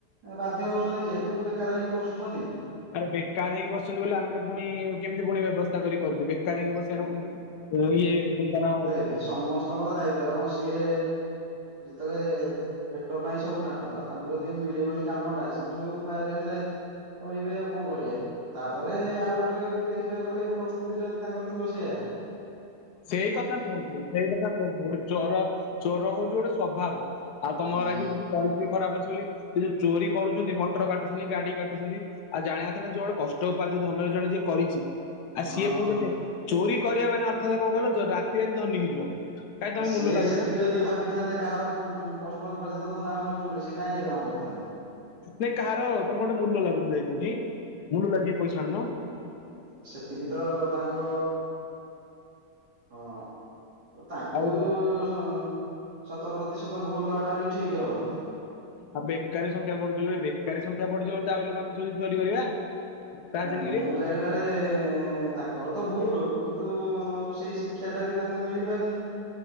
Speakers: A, on the right; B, on the left.
A: ବାଧ୍ୟ ହଉଛନ୍ତି ଯେହେତୁ ବେକାର ହେଇକି ବସୁଛନ୍ତି
B: ଆରେ ବେକାର ହେଇକି ବସଛନ୍ତି ବୋଲି ଆମେ ପୁଣି କେମିତି ପୁଣି ବ୍ୟବସ୍ଥା କରି କରୁଛୁ ବେକାର ହେଇକି ବସିବାର ଭୁଲ ଇଏ ପୁଣି ତାର
A: ସମସ୍ତ ଙ୍କର ଦାୟିତ୍ଵ ଆଉ କଣ ସିଏ ଯେତେବେଳେ ପେଟ ପାଇଁ ସବୁ ନାଟ ଆଉ ତାଙ୍କୁ ଯଦି ମିଳିବନି କାମଟା ସେ ଯୋଉ ଉପାୟରେ ହେଲେ କରିବେ ଆଉ କଣ କରିବା ତାପରେ ଆଉ ଗୋଟେ ବି ଦେଖିବାକୁ ଗଲେ ପ୍ରକୃତି ଯଦି ତାଙ୍କର ଥିବ ସେଇୟା
B: ସେଇ କଥା କୁହନ୍ତୁ ସେଇ କଥା କୁହନ୍ତୁ ଗୋଟେ ଚୋର ଚୋର ହଉଛି ଗୋଟେ ସ୍ବଭାବ ଆଉ ତମ
A: ହୁଁ
B: ଘରେ ଆଜି ପରିସ୍ଥିତି ଖରାପ ଅଛି ବୋଲି ସେ ଯୋଉ ଚୋରି କରୁଛନ୍ତି ମଟର କାଟୁଛନ୍ତି ଗାଡି କାଟୁଛନ୍ତି ଆଉ ଜାଣିବା କଥା ନା ଯୋ ଗୋଟେ କଷ୍ଟ ଉପାର୍ଜିତ ଧନରେ ଜଣେ ଯିଏ କରିଛି ଆଉ
A: ହଁ
B: ସିଏ ପୁଣି
A: ହଁ।
B: କେତେ ଚୋରି କରିବା ମାନେ ଅର୍ଥାତ କଣ କହିଲ ଯ ରାତି ରାତି ଧନି ହେଇଯିବା ଆମେ। କାଇଁ ତମେ
A: ଆଉ ସିଏ
B: ମୂଲ ଲାଗୁନ
A: ସେତିକି ଯଦି ଭାବିଥାନ୍ତେ କାହାର ଉଁ କଷ୍ଟଉପାର୍ଜିତ ଧନ ଆମେ ନୋଉଚୁ ବୋଲି ସେ କାଇଁ ଏ କାମ କରିଥାନ୍ତେ।
B: ନାଇଁ କାହାର ତମେ ଗୋଟେ ମୂଲ ଲାଗୁନୁ ଯାଇ କୋଉଠି ମୂଲ ଲାଗି ପଇସା ଆଣୁନୁ।
A: ଅ ସେତିକି ତ ତାଙ୍କ ହଁ। ତାଙ୍କୁ
B: ଆଉ ଜ-
A: ଶ ଶତ ପ୍ରତିଶତ ଭୁଲ ଦବାଟା ବି ଠିକ ହବନି।
B: ଆଉ ବେକାରୀ ସଂଖ୍ୟା ବଢୁଚି ବୋଲି ବେକାରୀ ସଂଖ୍ୟା ବଢିଯିବ ବୋଲି ତା ବୋଲି କଣ ଆମେ ଚୋରି ଚୋରି କରିବା। ରାଜନୀତି
A: ନାଇଁ ମୁଁ ଜାଣିବା ରେ ତାଙ୍କର ତ ଭୁଲୁ କିନ୍ତୁ ସେଇ ଶିକ୍ଷାଟା ବି ତାଙ୍କୁ ମିଳି ପାରୁନି।